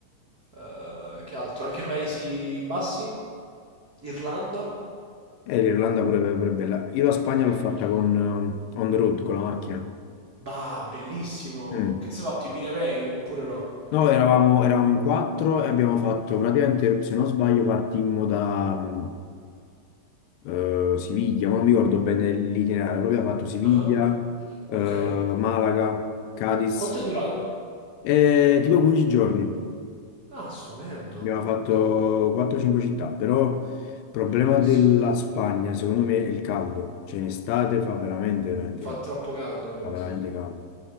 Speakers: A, on the right; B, on the left.
A: eh, che altro? Anche Paesi Bassi, Irlanda,
B: Eh, l'Irlanda pure, pure bella. Io la Spagna
A: è
B: l'ho fatta
A: molto bello.
B: con eh, on the road, con la macchina.
A: Bah, bellissimo!
B: mm,
A: Che ti sei fatto, i Pirenei, oppure no?
B: No, eravamo, eravamo in quattro e abbiamo fatto praticamente, se non sbaglio, partimmo da mh, eh, Siviglia, ma non mi ricordo bene l'itinerario, poi abbiamo fatto Siviglia,
A: Ah,
B: eh,
A: Ok.
B: Malaga, Cadiz,
A: Quanto è durato?
B: e tipo 15 giorni.
A: Ah, stupendo,
B: Abbiamo fatto
A: Madonna.
B: 4-5 città, però il problema
A: Bellissimo.
B: della Spagna, secondo me, è il caldo. Cioè, in estate fa veramente, veramente
A: Fa
B: caldo.
A: troppo caldo, vero?
B: Fa veramente
A: Sì.
B: caldo.